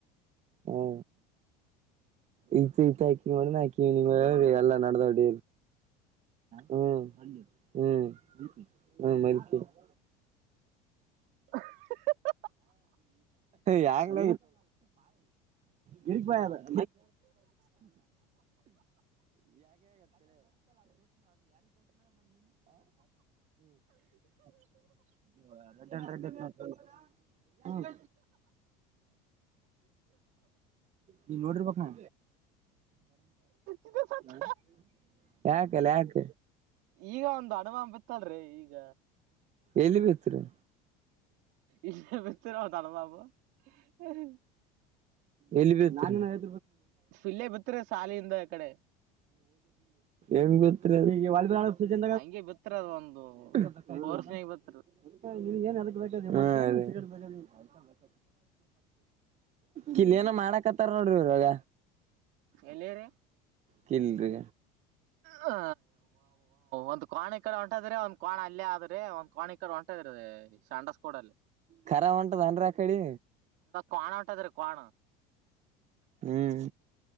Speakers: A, on the right; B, on the right.
A: ಹಾ ಇ ಇತ ಹಾಕ ಮಣ ಹಾಕ ನೀ ಎಲ್ಲ ನಡೆದ ಹೊಡ ಹ್ಮ ಹ್ಮ್ ಹ್ಮ ಮಕ <unintelligible>
B: ಹ <unintelligible>
A: ಯಂಗ ಗಿರಿ ಬ <unintelligible> <unintelligible> <unintelligible> <unintelligible> <unintelligible> ಹ್ಮ ನೀನ್ ನೋಡಿರ್ಬೇಕ ನ
B: ಇದ ಸತ್ತ
A: ಬ ಯಕಲ್ಲ ಯಾಕ
B: ಈಗ ಒಂದ್ ಅನುಮ ಬಿತ್ತಲ್ರಿ ಈಗ
A: ಎಲ್ಲಿ ಬಿತ್ರರಿ
B: ಇಲ್ಲ ಬಿತರ ತಳಮಪ <unintelligible>
A: ಎಲ್ಲಿ ಬಿತ್ರಿ
B: ಇಲ್ಲೇ ಬಿತ್ತಿರ ಸಾಲಿಯಿಂದ ಆ ಕಡೆ
A: ಎಲ್ ಬಿತ್ರಿ ಚ
B: ಹಂಗೆ ಬಿತ್ತಿರ ಅದ ಒಂದು
A: <unintelligible>
B: ಫೋರ್ಸ್ನಾಗ ಬಿತ್ತಿರ
A: ನೀನ್ ಏನ್ ಅದಕ್ ಬೇಕಾದಾದ <unintelligible> ಕಿಲ್ ಏನ ಮಾಡಕತ್ತಾರ ನೋಡ್ರಿ ಇರಾಗ
B: ಎಲ್ಲಿರಿ
A: ಕಲ್ರಿ
B: ಹ ಒ್ ಕೋಾಣ ಇಕಡೆ ಒಂಟದ್ರೆ ಒಂದ ಕೋಾಣ ಅಲ್ಲೇ ಆದ್ರೆ ಒಂದ್ ಕೋಾಣೆ ಕಡೆ ಒಂಟ ರದ ಶಾಂಡಸ್ ಕೂಡ ಅಲ್ಲ
A: ಖರ ಹೊಂಟದನ್ರಿ ಆ ಕಡಿ
B: ಕಾಣೋಟದ್ರೆ ಕಾಣ
A: ಹ್ಮ್